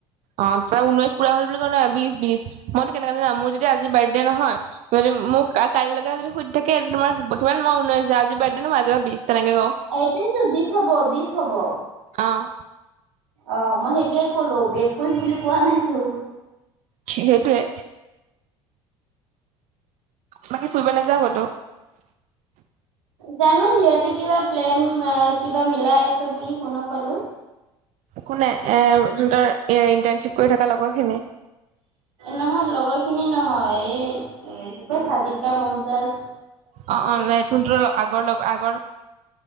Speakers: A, on the right; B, on the right.
A: অহ তই ঊনৈশ পুৰা হল বুলি কলে বিশ বিশ মইতো কেনেকা মোৰ যদি। আজি বাৰ্থডে নহয়। কোনো‌‌ যদি কা কাইলৈকে যদি সুধি থাকে তোমাৰ বৰ্তমান মই উনৈশ আজি বাৰ্থডে ন আজিৰ পৰা বিশ তেনেকে কওঁ।
B: এইটোৱে তো বিশ হ'ব বিশ হ'ব।
A: অহ।
B: অহ মই সেইটোৱে কলো একৈশ বুলি কোৱা নাই‌তো।
A: খে সেইটোৱে। বাকী ফুৰিব নাযাওঁ ক'তো?
B: জানো সিহঁতে কিবা প্লেন কিবা মিলাই আছে বুলি শুনা পালোঁ।
A: কোনে এাৰ ইণ্টাৰণশ্বিপ কৰি থকা লগৰ খিনি।
B: নহয় লগৰ খিনি নহয় এই চাদিকা মমতজ।
A: অ অ ত আগৰ লগ আগৰ